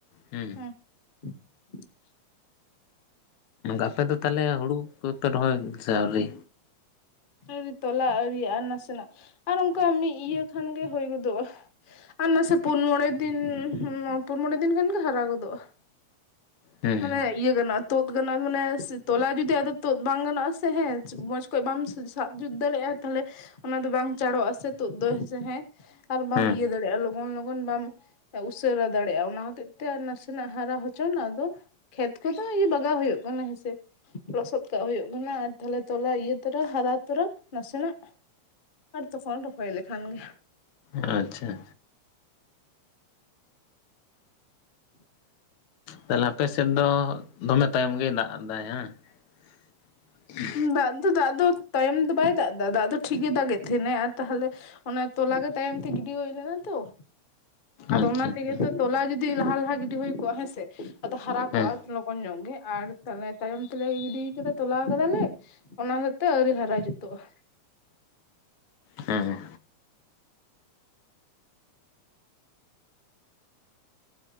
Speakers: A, on the left (about 80°); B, on the left (about 55°).
A: ᱦᱩᱸ
B: <unintelligible>
A: ᱟᱯᱮ ᱫᱚ ᱛᱟᱞᱦᱮ ᱦᱩᱲᱩ ᱠᱚᱯᱮ ᱨᱚᱦᱚᱭ ᱫᱟ ᱥᱮ ᱟᱣᱨᱤ?
B: ᱟᱣᱨᱤ ᱛᱚᱞᱟ ᱟᱹᱣᱨᱤᱭᱟᱜᱼᱟ ᱟᱨ ᱱᱟᱥᱮ ᱱᱟᱜ ᱟᱨ ᱚᱱᱠᱟ ᱢᱤᱫ ᱤᱭᱟᱹ ᱠᱷᱟᱱᱜᱮ ᱦᱩᱭ ᱜᱚᱫᱚᱜᱼᱟ ᱾ ᱟᱨ ᱱᱟᱥᱮ ᱯᱩᱱ ᱢᱚᱸᱬᱮ ᱫᱤᱱ ᱦᱩᱸ ᱯᱩᱱ ᱢᱚᱸᱬᱮ ᱫᱤᱱ ᱠᱷᱟᱱ ᱜᱮ ᱦᱟᱨᱟ ᱜᱚᱫᱚᱜᱼᱟ ᱾
A: ᱦᱮᱸ
B: ᱢᱟᱱᱮ ᱤᱭᱟᱹ ᱜᱟᱱᱚᱜᱼᱟ ᱛᱩᱫ ᱜᱟᱱᱚᱜᱼᱟ ᱢᱟᱱᱮ ᱛᱚᱞᱟ ᱡᱩᱫᱤ ᱟᱫᱚ ᱛᱩᱫ ᱵᱟᱝ ᱜᱟᱱᱚᱜᱼᱟ ᱥᱮ ᱦᱮᱸ ᱢᱚᱸᱡᱽ ᱠᱷᱚᱡ ᱵᱟᱢ ᱥᱟᱵ ᱡᱩᱛ ᱫᱟᱲᱮᱭᱟᱜᱼᱟ ᱛᱟᱦᱞᱮ ᱚᱱᱟ ᱫᱚ ᱵᱟᱝ ᱪᱟᱸᱲᱚᱜᱼᱟ ᱥᱮ ᱛᱩᱫ ᱫᱚ ᱦᱮᱸ ᱟᱨ ᱵᱟᱢ
A: ᱦᱮᱸ
B: ᱤᱭᱟᱹ ᱫᱟᱲᱮᱭᱟᱜᱼᱟ ᱞᱚ ᱞᱚᱜᱚᱱ ᱞᱚᱜᱚᱱ ᱵᱟᱢ ᱩᱥᱟᱹᱨᱟ ᱫᱟᱲᱮᱭᱟᱜᱼᱟ ᱚᱱᱟ ᱦᱚᱛᱮᱡ ᱛᱮ ᱟᱨ ᱱᱟᱥᱮ ᱱᱟᱜ ᱦᱟᱨᱟ ᱦᱚᱪᱚᱱ ᱟᱫᱚ ᱠᱷᱮᱛ ᱠᱚᱫᱚ ᱤᱭᱟᱹ ᱫᱟᱜᱟᱣ ᱦᱩᱭᱩᱜ ᱠᱟᱱᱟ ᱦᱮᱸ ᱥᱮ ᱞᱚᱥᱚᱫ ᱠᱟᱜ ᱦᱩᱭᱩᱜ ᱠᱟᱱᱟ ᱟᱨ ᱛᱟᱦᱞᱮ ᱛᱚᱞᱟ ᱤᱭᱟᱹ ᱛᱚᱨᱟ ᱦᱟᱨᱟ ᱛᱳᱨᱳ, ᱱᱟᱥᱮᱱᱟᱜ ᱟᱨ ᱛᱚᱠᱷᱚᱱ ᱨᱚᱦᱚᱭ ᱞᱮᱠᱷᱟᱱ ᱜᱮ,
A: ᱟᱸᱪ-ᱪᱷᱟ ᱾ ᱛᱟᱞᱦᱮ ᱟᱯᱮ ᱥᱮᱫ ᱫᱚ ᱫᱚᱢᱮ ᱛᱟᱭᱚᱢ ᱜᱮᱭ ᱫᱟᱜ ᱫᱟᱭ ᱦᱟᱸᱜ? <unintelligible> ᱥᱮ-ᱠ ᱾
B: ᱫᱟᱜ ᱫᱚ ᱫᱟᱜ ᱫᱚ ᱛᱟᱭᱚᱢ ᱫᱚ ᱵᱟᱭ ᱫᱟᱜ ᱫᱟ ᱫᱟᱜ ᱫᱚ ᱴᱷᱤᱠ ᱜᱮᱭ ᱫᱟᱜᱮᱫ ᱛᱟᱦᱮᱱᱮ ᱟᱨ ᱛᱟᱦᱞᱮᱼᱼ ᱚᱱᱟ ᱛᱚᱞᱟᱜᱮ ᱛᱟᱭᱚᱢ ᱛᱮ ᱜᱤᱰᱤ ᱦᱳᱭ ᱞᱮᱱᱟ ᱛᱚ ᱾ ᱟᱫᱚ
A: ᱟᱪᱪᱷᱟ
B: ᱚᱱᱟ
A: ᱟᱪᱪᱷᱟ
B: ᱛᱮᱜᱮ ᱛᱚ ᱛᱚᱞᱟ ᱡᱩᱫᱤ ᱞᱟᱦᱟ ᱞᱟᱦᱟ ᱜᱤᱰᱤ ᱦᱳᱭ ᱠᱚᱜᱼᱟ ᱦᱮᱸ ᱥᱮ ᱟᱫᱚ ᱦᱟᱨᱟ
A: ᱦᱮᱸ
B: ᱠᱚᱜᱼᱟ ᱞᱚᱜᱚᱱ ᱧᱚᱜ ᱜᱮ ᱟᱨ ᱛᱟᱞᱦᱮ ᱛᱟᱭᱚᱢ ᱛᱮᱞᱮ ᱜᱤᱰᱤᱣ ᱠᱟᱫᱟ ᱛᱚᱞᱟ ᱠᱟᱫᱟᱞᱮ ᱚᱱᱟ ᱦᱚᱛᱮ ᱛᱮ ᱟᱹᱣᱨᱤ ᱦᱟᱨᱟ ᱡᱩᱛᱚᱜᱼᱟ ᱾
A: ᱦᱮᱸ ᱦᱮᱸ᱾